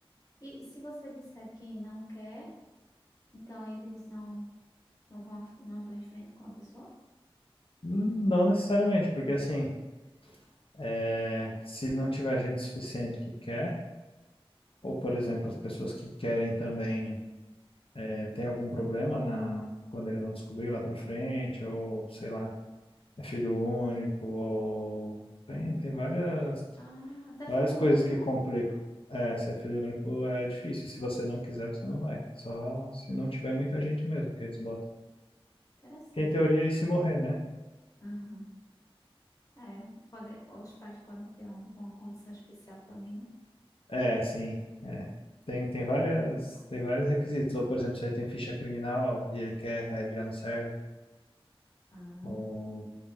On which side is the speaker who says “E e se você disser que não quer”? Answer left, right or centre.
Left